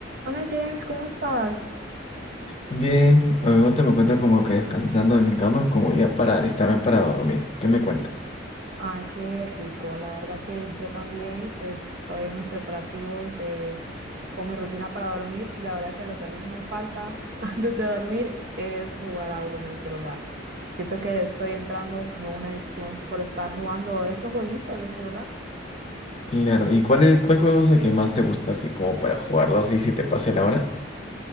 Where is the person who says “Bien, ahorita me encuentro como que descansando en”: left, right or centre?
Left